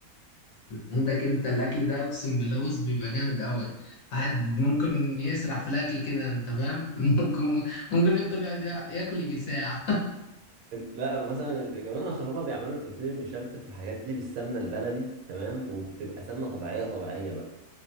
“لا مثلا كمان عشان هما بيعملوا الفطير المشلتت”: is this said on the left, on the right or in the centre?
Right